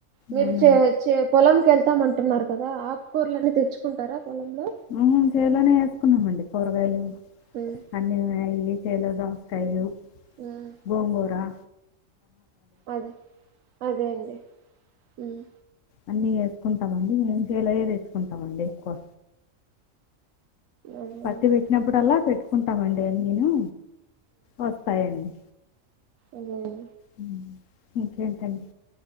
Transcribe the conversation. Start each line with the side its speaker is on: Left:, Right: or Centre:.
Right: మీరు
Left: అవునండి.
Right: చే చే పొల్లంకి వెళ్తామంట్ అంటున్నారు కదా ఆకుకూర్లన్నీ తెచ్చుకుంటారా పొలంలో
Left: హ్మ్ చేలోనే వేసుకున్నాంమండి కూరగాయలు
Right: ఉమ్
Left: <unintelligible> చేల్లో దోసకాయ్లు
Right: ఉమ్
Left: గోంగూరా
Right: అదే అదే అండి హ్మ్
Left: అన్ని వేసుకుంటామండి మేము చేలో యదేసుకుంటామండి ఎక్కువ
Right: అదే
Left: పత్తి
Right: అండి
Left: పెట్టినప్పుడు అల్లా పెట్ కుంటామండి అన్నీను వొస్తాయండి
Right: ఇంకేమి
Left: హ్మ్ ఇంకేంటండి